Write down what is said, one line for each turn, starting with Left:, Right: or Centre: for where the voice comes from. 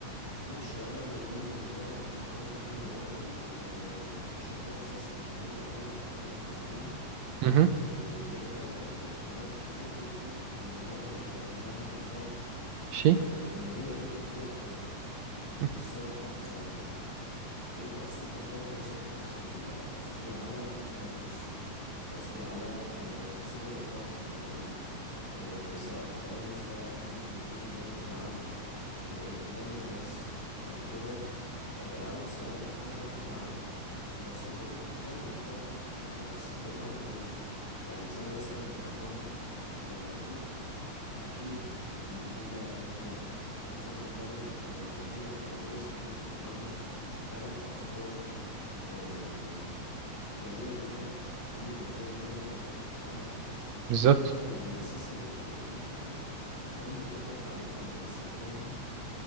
Centre: ماشي انا من ضمن النقط اللي فكرت فيها برضو آه، بشكل اساسي ومهم قوي ان احنا نركز عليها
Right: مهم.
Centre: آه، لأن هي مربوطة بحاجات كتير جدا من النقط اللي احنا قلناها بالفعل
Right: شي
Centre: آه، اللي هي ايه اللي هي الطاقة وازاي
Right: مم.
Centre: نحافظ على البيئة ايه المقصود بالطاقة وازاي نحافظ على البيئة قصدي على التلوث قصدي على آه، مصادر الطاقة تبقى ايه آه، سواء التلوث ده ممكن يكون ناتج عن آه، اهمال الناس او كده آه، او سواء ان هو ناتج عن مصادر انتاج الطاقة اللي احنا بنستخدمها اوريدي يعني زي مثلا الكهرباء احنا المفروض أكيد بما إننا بنفكر نعمل آه، مدينة خيالية زي دي وفكرنا في فعلا في أفكار آه، جميلة جدا تخلي المدينة دي رقم واحد في أي حتة
Right: بالظبط
Centre: فإحنا من الأساسي برضو إن إحنا نخلي الطاقة بتاعتنا اللي بنستخدمها